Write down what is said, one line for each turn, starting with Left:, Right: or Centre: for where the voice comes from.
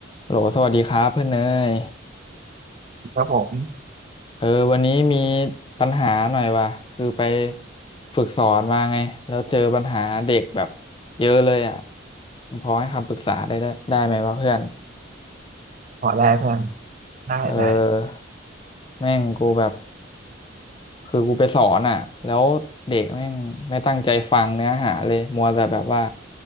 Left: โหลสวัสดีครับเพื่อนเนย
Right: ครับผม
Left: เออวันนี้มีปัญหาหน่อยว่ะคือไปฝึกสอนมาไงแล้วเจอปัญหาเด็กแบบเยอะเลยอ่ะมึงพอให้คำปรึกษาได้ได้ได้ไหมวะเพื่อน
Right: ขอได้เพื่อนได้ได้
Left: เออแม่งกูแบบคือกูไปสอนอ่ะแล้วเด็กแม่งไม่ตั้งใจฟังเนื้อหาเลยมัวแต่แบบว่า